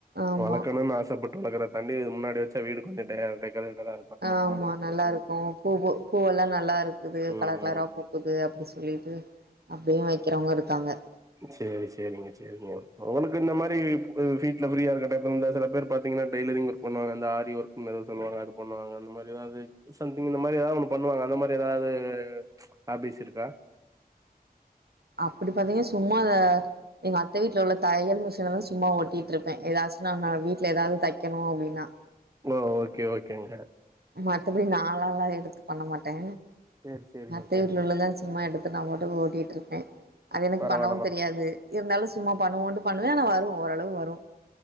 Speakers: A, on the right; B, on the right.
A: ஆமா
B: வளக்கணுன் ஆசப்பட் வளக்குற தாண்டி முன்னாடி வச்சா வீடு கொஞ்ச டே டெக்கரேட்டறா
A: ஆமா நல்லாருக்கு பூவு பூவல்லா நல்லாருக்குது
B: ம்
A: கலர் கலரா
B: ம்
A: பூக் குது அப்டி சொல்லிட்டு அப்டியு வக்கிறவுங்க இருக்காங்க
B: சேரி சேரிங்க சேரிங்க ஒனக்கு இந்த மாரி வீட்ல ஃப்ரீயா இருக்க டைப்பு இருத செல பேரு பாத்தீங்கன்னா டெய்லரிங் ஒர்க் பண்ணுவாங்க அந்த ஆரி ஒர்க்ன் எதோ சொல்லுவாங்க அது பண்ணுவாங்க அந்த மாரி எதாவ்து சம்திங் இந்த மாரி எதாது ஒன்று பண்ணுவாங்க அந்த மாரி எதாவ்து ஹாபீஸ் இருக்கா
A: அப்புடி பாத்தீங்கனா சும்மாத எங்க அத்த வீட்ல உள்ள தையல் மிஷின வந்து சும்மா ஒட்டிட்ருப்பே எதாச் நா நா வீட்ல எதாது தக்கணு அப்டின்னா
B: ஓ ஓகே ஓகேங்க
A: மத்தப்புடி நாளாளா எடுத்து பண்ண மாட்டே
B: சேரி சேரிங்க
A: அத்த
B: சேரிங்க
A: வீட்ல உள்ளதா
B: சார்
A: சும்மா எடுத்து நா பாட்டுக்கு ஓட்டிட்ருப்பே அது எனக்கு
B: பரவால்ல
A: பண்ணவு
B: பர
A: தெரியாது இருந்தாலு சும்மா பண்ணுவோன்ட்டு பண்ணுவே ஆனா வரு ஓரளவு வரு